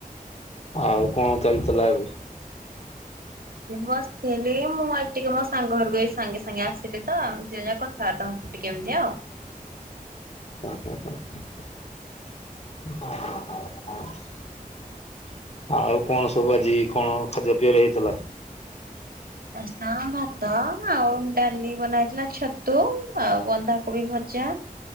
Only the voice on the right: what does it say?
ବସିଥିଲି ମୁଁ ଆଜି ଟିକେ ମୋ ସାଙ୍ଗ ଘରକୁ ଏ ସାଙ୍ଗେ ସାଙ୍ଗେ ଆସିଲି ତ ଯେଯା କଥାବାର୍ତ୍ତା ହୋଉଥିଲୁ। କେମିତି ଆଉ?
<unintelligible> ଭାତ ଆଉ ଡାଲି ବନେଇଥିଲା ଛତୁ ଆଉ ବନ୍ଧାକୋବି ଭ ଚା।